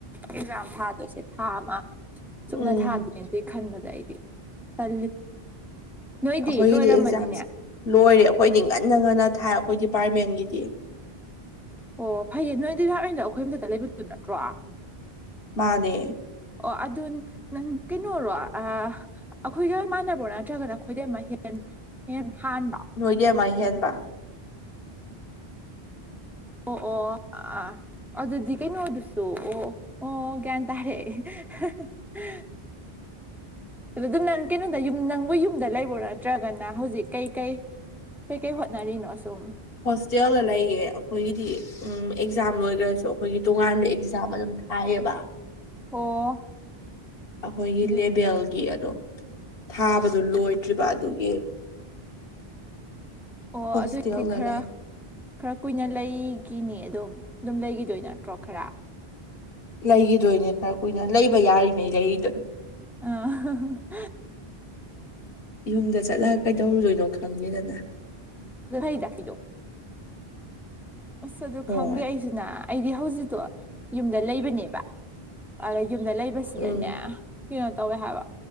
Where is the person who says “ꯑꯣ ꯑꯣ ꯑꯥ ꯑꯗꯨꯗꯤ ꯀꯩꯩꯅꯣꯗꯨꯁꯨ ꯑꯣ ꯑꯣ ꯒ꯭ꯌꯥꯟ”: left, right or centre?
Centre